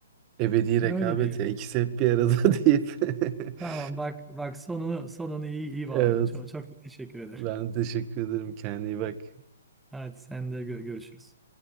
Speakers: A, on the right (about 25°); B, in the centre.
A: ebedi
B: <laughs>
A: rekabet
B: Öyle diyelim.
A: ya ikisi hep bir arada <laughs> deyip. <laughs>
B: Tamam bak bak sonunu sonunu iyi iyi bağladın.
A: Evet
B: Çok, çok teşekkür ederim.
A: ben teşekkür ederim kendine iyi bak.
B: Hadi sen de gö- görüşürüz.